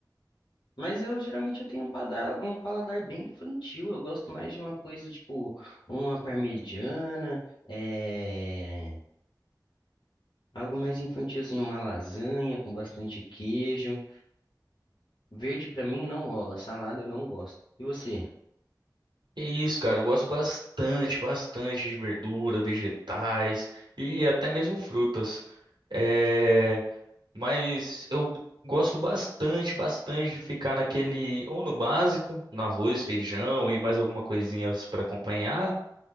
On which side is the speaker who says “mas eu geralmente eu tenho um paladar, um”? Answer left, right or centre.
Left